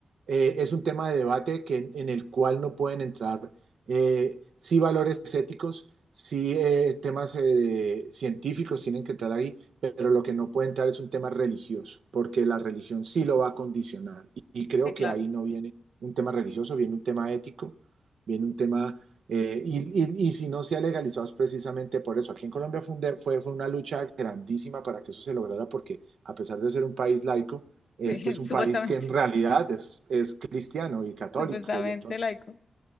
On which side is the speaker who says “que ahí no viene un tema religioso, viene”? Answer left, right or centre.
Right